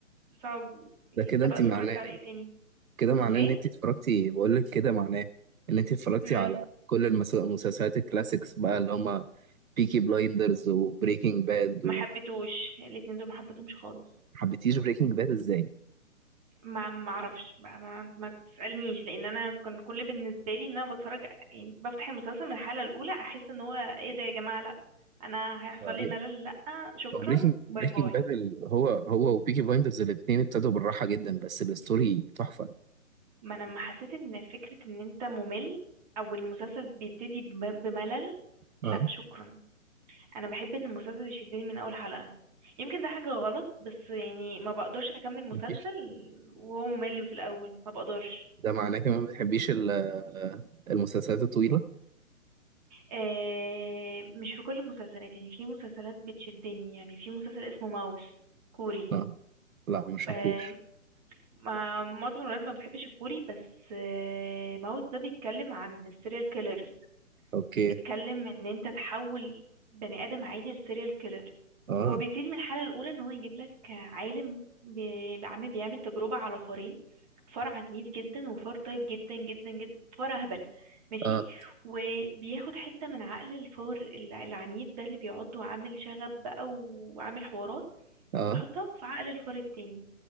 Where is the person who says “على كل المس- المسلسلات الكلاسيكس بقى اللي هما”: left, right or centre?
Right